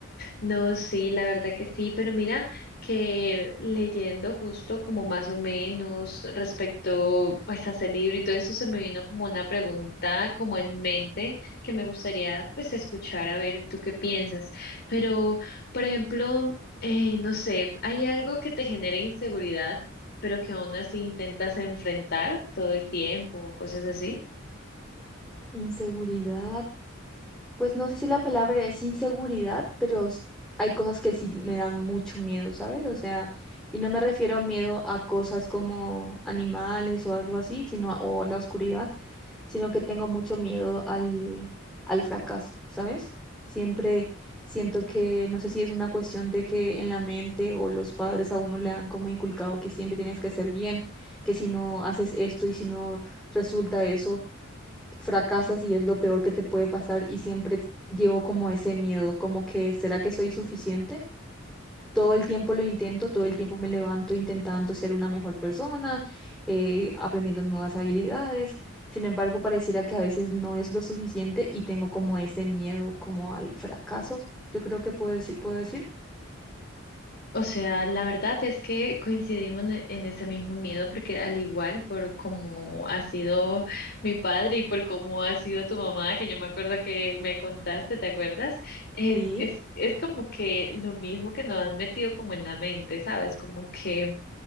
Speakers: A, on the left; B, in the centre.
A: No, sí, la verdad que sí, pero mira que leyendo justo como más o menos respecto pues a ese libro y todo eso se me vino como una pregunta como en mente que me gustaría pues escuchar a ver tú qué piensas. Pero, por ejemplo, eh, no sé, ¿hay algo que te genera inseguridad pero que aún así intentas enfrentar todo el tiempo, cosas así?
B: Inseguridad. Pues no sé si la palabra es inseguridad, pero s- hay cosas que sí me dan mucho miedo, ¿sabes? O sea, y no me refiero a miedo a cosas como animales o algo así, sino a- o la oscuridad, sino que tengo mucho miedo al, al fracaso, ¿sabes? Siempre siento que, no sé si es una cuestión de que en la mente o los padres a uno le han como inculcado que siempre tienes que hacer bien, que si no haces esto y si no resulta eso fracasas y es lo peor que te puede pasar y siempre llevo como ese miedo, como que ¿será que soy suficiente? Todo el tiempo lo intento, todo el tiempo me levanto intentando ser una mejor persona, eh, aprendiendo nuevas habilidades. Sin embargo, pareciera que a veces no es lo suficiente y tengo como ese miedo como al fracaso, yo creo que puedo decir, puedo decir.
A: O sea, la verdad es que coincidimos en en ese mismo miedo porque al igual por cómo ha sido mi padre y por cómo ha sido tu mamá, que yo me acuerdo que me contaste, ¿te acuerdas? Es,
B: Sí,
A: es, es como que lo mismo que nos han metido como en la mente, ¿sabes? Como que,